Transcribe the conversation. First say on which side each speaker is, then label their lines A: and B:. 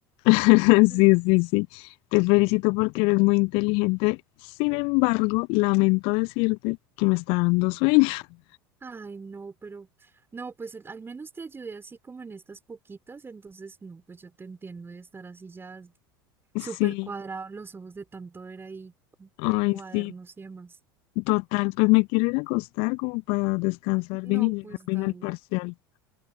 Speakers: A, on the left (about 50°); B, on the right (about 20°).
A: <laughs> Sí,
B: Ujú.
A: sí, sí. Te felicito porque eres muy inteligente. Sin embargo, lamento decirte que me está dando sueño. <laughs>
B: Ay, no, pero no, pues al al menos te ayudé así como en estas poquitas, entonces no, pues yo te entiendo de estar así ya súper
A: Sí,
B: cuadrados los ojos de tanto ver ahí
A: ay,
B: de cuadernos
A: sí.
B: y demás.
A: Total, pues me quiero ir a acostar como para descansar
B: No,
A: bien y
B: pues
A: llegar bien
B: dale,
A: al parcial.